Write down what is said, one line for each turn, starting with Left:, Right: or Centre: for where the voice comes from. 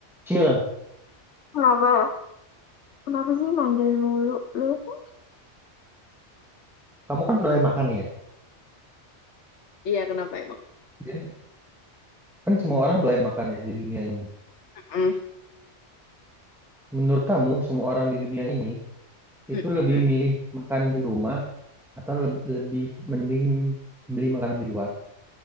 Centre: Cil,
Left: Kenapa? Kenapa sih manggil mulu? Lu kan
Centre: kamu kan doyan makan nih ya.
Left: Iya, kenapa emang?
Centre: Dan kan semua orang doyan makan ya di dunia ini.
Left: mm
Centre: Menurut kamu, semua orang di dunia ini itu
Left: mm
Centre: lebih milih makan di rumah atau le- lebih mending beli makanan di luar?